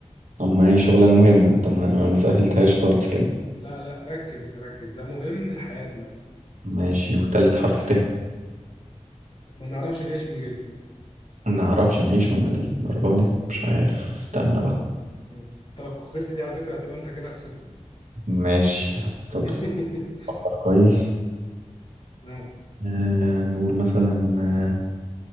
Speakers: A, on the right; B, on the left.
A: طب ما هي شغلانة مهمة انت ما مسهلتهاش خالص كده
B: لا لا ركز ركز ده مهم لحياتنا
A: ماشي وتالت حرف ت
B: ما نعرفش نعيش من غيره
A: ما نعرفش نعيش من الدرجة دي مش عارف استنى بقى
B: مم. انت لو خسرت دي على فكرة هتبقى انت كده خسرت
A: ماشي طب
B: <laughs>
A: استنى كويس
B: نعم
A: آه نقول مثلا آه،